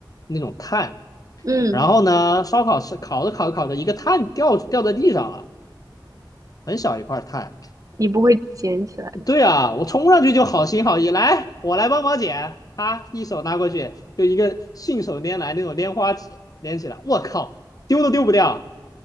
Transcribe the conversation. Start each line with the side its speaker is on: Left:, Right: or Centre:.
Left: 那种炭。
Right: 嗯，
Left: 然后呢，烧烤是烤着烤着烤着，一个碳掉掉在地上了，很小一块碳。
Right: 你不会捡起来
Left: 对啊，我冲上去就好心好意，来，我来帮忙捡。他一手拿过去，就一个信手拈来那种拈花指拈起来，我靠，丢都丢不掉，